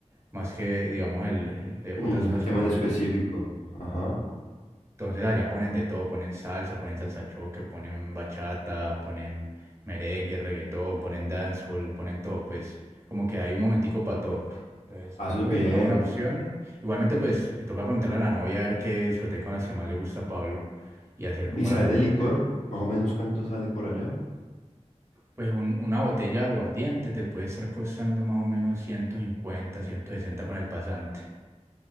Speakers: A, on the right; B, on the left.
A: más que digamos, el, eh,
B: Un
A: otras cosas
B: tema
A: como
B: en específico.
A: el,
B: Ajá.
A: entonces allá ponen de todo, ponen salsa, ponen salsa choque, ponen bachata, ponen merengue, reggaetón, ponen dancehall, ponen todo, pues como que hay un momentico para todo. Entonces
B: Ah,
A: yo
B: eso
A: creo
B: es bien.
A: que sería una buena opción. Igualmente pues le toca preguntarle a la novia a ver qué discoteca con las que más le gusta a Pablo y hacer
B: ¿Y
A: como
B: sabes
A: la reserva
B: del licor?
A: ya.
B: Más o menos cuánto sale por allá.
A: Pues un- una botella de aguardiente te puede estar costando más o menos 150, 160 con el pasante.